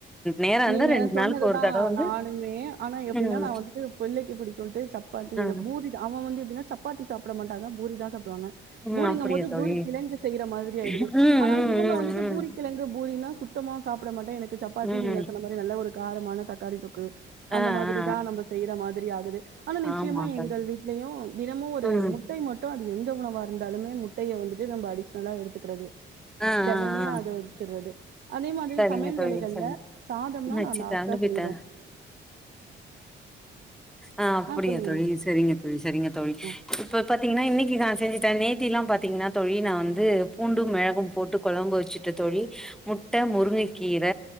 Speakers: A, in the centre; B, on the right.
A: நேரோ இருந்தா
B: நீங்க
A: ரெண்டு
B: சொன்னதுதான்
A: நாளுக்கு ஒரு தடவ வந்து
B: நானுமே ஆனா எப்படின்னா
A: ம்
B: நான் வந்துட்டு புள்ளைக்கு புடிக்கும்ட்டு சப்பாத்தி
A: ம்
B: இந்த பூரி தா அவன் வந்து எப்டினா சப்பாத்தி சாப்ட மாட்டான் பூரி தான் சாப்டுவாங்க
A: ம்
B: பூரிங்க
A: அப்டியா
B: போது
A: தோழி
B: பூரி கிழங்கு செய்யற மாதிரி ஆயிடுது
A: ம் ம்
B: ஆன இவங்க வந்துட்டு
A: ம்
B: பூரி
A: ம்
B: கிழங்கு பூரினா சுத்தமா சாப்ட மாட்டேன் எனக்கு சப்பாத்தி
A: ம்
B: நீங்க சொன்ன மாரி ஒரு காரமான தக்காளி தொக்கு அந்த
A: ஆ
B: மாதிரி
A: ஆ
B: தான் நம்ம செய்யற மாதிரி ஆகுது ஆனா நிச்சயமா
A: ஆ ஆமா தோழி
B: எங்கள் வீட்லயும் தினமும் ஒரு
A: ம்
B: முட்டை மட்டும் அது எந்த எந்த உணவா இருந்தாலுமே முட்டைய வந்துட்டு நம்ம அடிஷ்னலா எடுத்துக்கிறது
A: ஆ
B: தினமுமே
A: ஆ ஆ
B: அதை அவிச்சறது அதே மாதிரி
A: சரிங்க
B: சமையல்
A: தோழி
B: வேலைகள்ல
A: சரிங்க
B: சாதம்னா
A: அச்சி
B: நான் லாஸ்ட்டா
A: கரண்டு போயிட்டா
B: செய்வேன்
A: ஆ அப்படியா
B: சொல்லுங்கம்மா
A: தோழி செரிங்க தோழி செரிங்க தோழி
B: ஆ
A: இப்ப பாத்தீங்கன்னா இன்னைக்கு தா செஞ்சுடேன் நேத்தி எல்லாம் பாத்தீங்கன்னா தோழி நான் வந்து பூண்டும் மிளகும் போட்டு கொழம்பு வச்சுட்டு தோழி முட்ட முருங்கைக்கீர